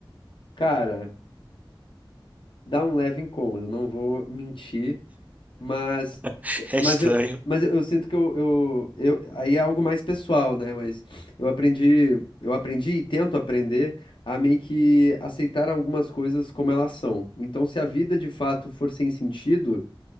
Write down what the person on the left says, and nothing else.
Cara, dá um leve incômodo, não vou mentir. Mas,
mas
eu, mas eu, eu sinto que eu, eu, eu, aí é algo mais pessoal, né? Mas eu aprendi, eu aprendi e tento aprender a meio que aceitar algumas coisas como elas são. Então, se a vida de fato for sem sentido,